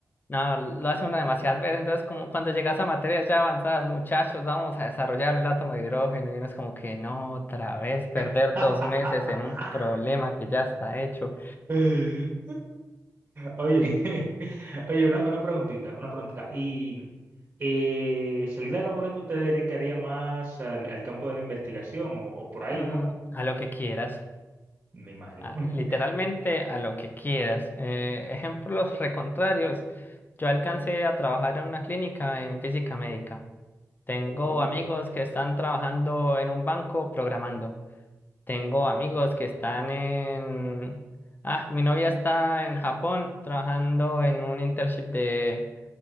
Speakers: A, on the left; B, on the right.
A: No, lo hace uno demasiadas veces, entonces como cuando llegas a materias ya avanzadas, muchachos, vamos a desarrollar el átomo de hidrógeno y uno es como que no, otra vez perder
B: <laughs>
A: dos meses en un problema que ya está hecho.
B: Ay, Oye, <laughs> oye, una, una preguntita, una preguntita. Y eh, salida laboral, ¿tú te dedicarías más al, al campo de la investigación o, o por ahí,
A: Mm,
B: no?
A: a lo que quieras,
B: Me imagino.
A: a-
B: <laughs>
A: literalmente a lo que quieras. Eh, ejemplos recontrarios, yo alcancé a trabajar en una clínica en física médica. Tengo
B: Oh,
A: amigos que están trabajando en un banco programando. Tengo amigos que están en... Ah, mi novia está en Japón trabajando en un internship de